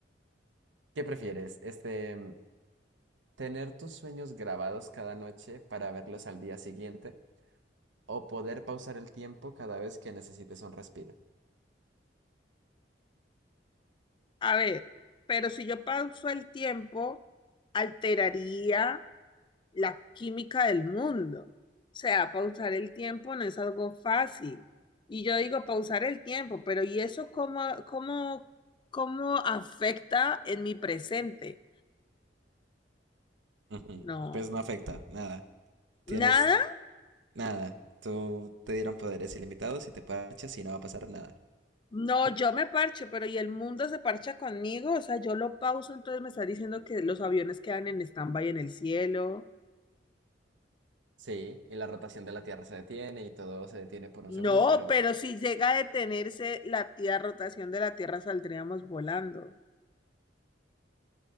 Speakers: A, on the right; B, on the left.
A: ¿Qué prefieres? Este, mm, tener tus sueños grabados cada noche para verlos al día siguiente o poder pausar el tiempo cada vez que necesites un respiro.
B: A ver, pero si yo pauso el tiempo, alteraría la química del mundo. O sea, pausar el tiempo no es algo fácil. Y yo digo pausar el tiempo, pero ¿y eso cómo, cómo, cómo afecta en mi presente?
A: Ujú,
B: No,
A: Pues no afecta, nada. Tienes
B: nada
A: nada. Tú te dieron poderes ilimitados y te parchas y no va a pasar nada.
B: No, yo me parcho, pero ¿y el mundo se parcha conmigo? O sea, yo lo pauso, entonces me está diciendo que los aviones quedan en stand-by en el cielo.
A: Sí, y la rotación de la Tierra se detiene y todo se detiene por un
B: No,
A: segundo, pero
B: pero si llega a detenerse la tía rotación de la Tierra, saldríamos volando.